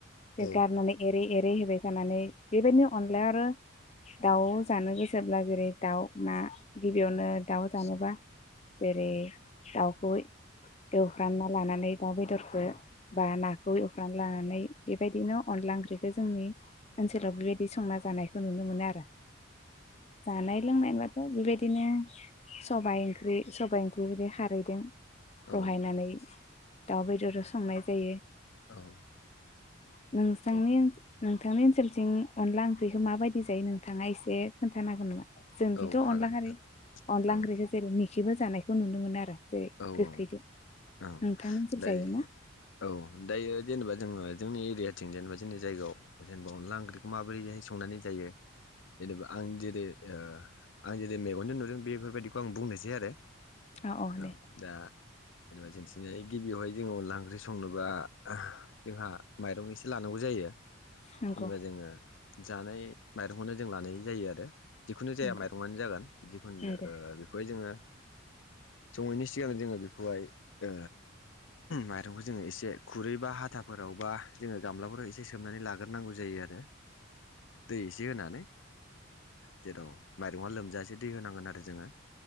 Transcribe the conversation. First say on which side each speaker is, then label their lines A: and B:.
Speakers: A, on the left (about 30°); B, on the left (about 65°).
A: बे
B: औ
A: गारनानै एरै एर होबाय थानानै बेबायदि अनलाया आरो दाउ जानो गोसोब्ला जेरै दाउ ना गिबियावनो दाउ जानोब्ला जेरै दाउखौ एवफ्रामना लानानै दाउ बेदरखौ बा नाखौ एवफ्रान लानानै बेबायदिनो अनला ओंख्रिखौ जोंनि ओनसो बेबायदि संना जानाय नुनो मोनो आरो जानाय लोंनायबाथ बेबायदि बिदिनो सबाइ ओंख्रि सबाइ ओंख्रि बिदि खारैदों
B: औ
A: रहायनानै दाउ बेदराव संनाय जायो
B: औ
A: नोंसांनि
B: औ
A: नोंथांनि ओनसोलथिं अनला ओंख्रिखौ माबायदि जायो नोंथांङा एसे खोन्थानो हागोन नामा? जों
B: औ
A: थिथ
B: हागोन
A: अनला खारै
B: नोंथां
A: अनला ओंख्रिखौ जेरै मि इदिबो जानायखौ नुनो मोनो आरो जेरै
B: औ
A: गोखैजों
B: औ ओं
A: नोंथांनि ओनसोल
B: दायो
A: जायोना?
B: औ दायो जेनेबा जोङो जोंनि एरियाथिं जेनेबा जोंनि जायगायाव जेनेबा अनला ओंख्रिखौ माबोरैहाय संनानै जायो जेनेबा आं जेरै ओ आं जेरै मेगनजों नुदों बेफोरबायदिखौ आं बुंनोसै आरो
A: अ अ
B: औ
A: दे
B: दा जेनेबा जोंनिथिंजाय गिबियावहाय जोङो अनला ओंख्रि संनोबा आ जोंहा माइरं एसे लानांगौ जायो
A: नंगौ
B: जेनेबा जोङो जानाय माइरंखौनो जों लानाय जायो आरो जिखुनु जाया
A: नंगौ
B: माइरंआनो जागोन जिखुनु
A: नंगौ
B: बेखौहाय जोङो सङैनि सिगां जोङो बेखौहाय ओ माइरंखौ जोङो एसे खुरै बा हाथाफोराव बा जोङो गामलाफोराव एसे सोमनानै लाग्रोनांगौ जायो आरो दै एसे होनानै जेराव माइरङा लोमजासे दै होनांगोन आरो जोङो